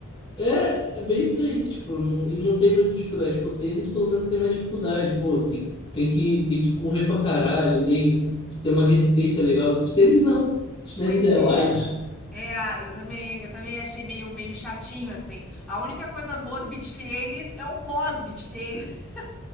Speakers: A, on the left; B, in the centre.
A: É, é bem isso aí, tipo, não- e não tem muita dificuldade. Tipo, tênis pelo menos tem mais dificuldade, pô, tem, tem que, tem que correr pra caralho, tem, tem uma resistência legal. De tênis não, de tênis
B: Pois
A: é
B: é.
A: light.
B: É, eu também, eu também achei meio, meio chatinho, assim. A única coisa boa do beach tennis é o pós-beach tennis. <laughs>